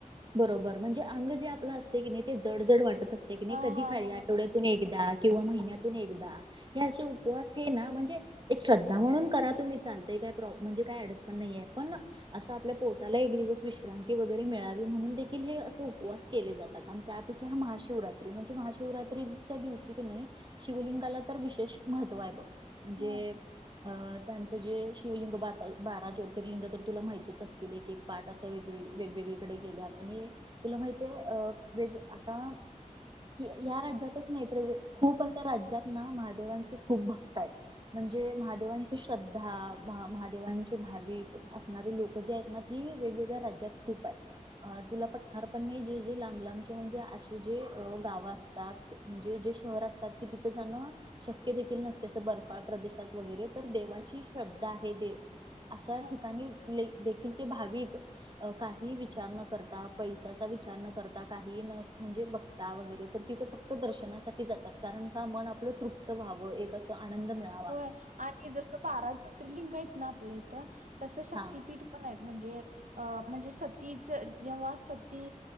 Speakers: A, on the right; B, on the right.
A: बरोबर म्हणजे अंग जे आपलं असते की नाही ते जडजड वाटत असते नाही
B: हा
A: कधी
B: हा
A: खाली
B: हो बरोबर
A: आठवड्यातून
B: आहे
A: एकदा किंवा महिन्यातून एकदा हे असे उपवास हे ना म्हणजे एक श्रद्धा म्हणून करा तुम्ही चालताय काय प्रॉ् म्हणजे काय अडचतण नाहीे पण असं आपल्या पोटाला एक दिवस विश्रांत की वगैरे मिळावी म्हणून देखील हे असे उपवास केले जातात आणि त्यापैकी हा महाशिवरात्री म्हणजे महाशिवरात्री च्या दिवशीने शिवलिंगाला तर विशेष महत्त्व आहे बघ म्हणजे
B: ह
A: अ त्यांचं जे शिवलिंग ब बारा ज्योतिर्लिंग तर तुला माहतीच असतील एक एक पाठ असं वेग वेगवेगळीकडे गेल्या आणि तुला माहिित आहे अ वेग आता की ह्या राज्यातच नाही तर खूप अशा राज्यात ना महादेवांचे खूप भक्त आहेत म्हणजे महादेवांची श्रद्धा महादेवांचे भाविक असणारे लोक े आहेत ना ती वेगवेगळ्या राज्य प तुला पारपण जे जे लांब लांबचे म्हणजे असेे गावं असतात म्हणजे जे शहर असतात कि तिथं जाण शक्य देखील नसते अस बर्फाळ प्रदेशात वगैरे तर देवाची श्रद्धा आहे दे अशा
B: ह
A: ठिकाणी देखील ते भाविक अ काही विचार न करता पैसाचा विचार न करता काही न म्हणजे बघ वगैरे तर तिथं फक्त दर्शनासाठी जातात कारण का मन आपलं तृप्त व्हावं एक अस आनंद मिळा
B: होय आणि जसं बारा ज्योतिर्लिंग आहेत ना आपल्या इथं तसं शक्ततीपीठ
A: हा
B: पण आहेत म्हणजे अ म्हणजे सतीच जेव्हा सती